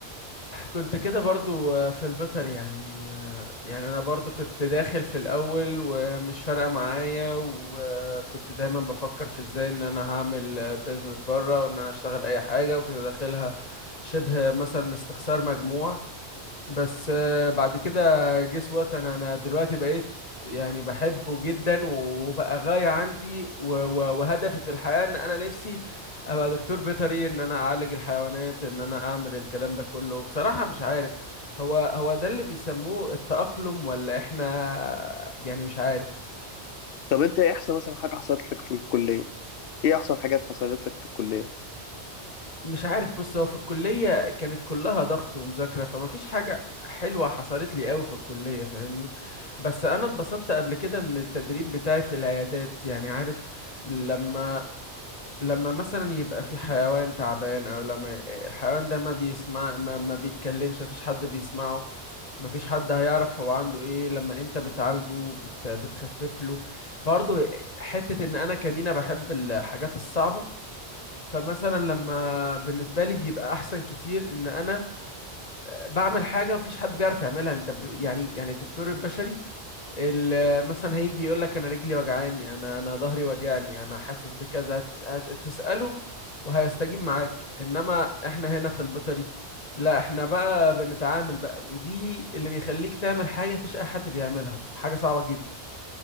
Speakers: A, on the left; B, on the left.
A: كنت كده برضو آه، في البيطر يعني آه، يعني انا برضو كنت داخل في الاول ومش فارقة معايا وكنت دايما بفكر في ازاي ان انا هعمل بيزنس بره وان انا اشتغل اي حاجة وكنت داخلها شبه مثلا استخسار مجموع بس آه، بعد كده جيس وات انا انا دلوقتي بقيت يعني بحبه جدا وبقى غاية عندي و- و- وهدفي في الحياة ان انا نفسي ابقى دكتور بيطري ان انا اعالج الحيوانات ان انا اعمل الكلام ده كله بصراحة مش عارف هو هو ده اللي بيسموه التأقلم ولا احنا يعني مش عارف
B: طب انت ايه احسن مثلا حاجه حصلت لك في الكليه ايه احسن حاجات حصلت لك في الكليه
A: مش عارف بص هو في الكلية كانت كلها ضغط ومذاكرة فما فيش حاجة حلوة حصلت لي قوي في الكلية فاهمني بس انا اتبسطت قبل كده من التدريب بتاعي في العيادات يعني عارف لما لما مثلا يبقى في حيوان تعبان او لما الحيوان ده ما بيسمع ما, ما بيتكلمش ما فيش حد بيسمعه ما فيش حد هيعرف هو عنده ايه لما انت بتعالجه بت بتخفف له برضه حتة ان انا كمينة بحب الحاجات الصعبة فمثلا لما بالنسبه لي بيبقى احسن كتير ان انا آه، بعمل حاجه مفيش حد بيعرف يعملها انت ب... يعني يعني الدكتور البشري ال- مثلا هيجي يقول لك انا رجلي وجعاني انا انا ظهري وجعني انا حاسس بكذا هتس... هتساله وهيستجيب معاك انما احنا هنا في البيطري لا احنا بقى بنتعامل بقى ودي اللي بيخليك تعمل حاجه مفيش اي حد بيعملها حاجه صعبه جدا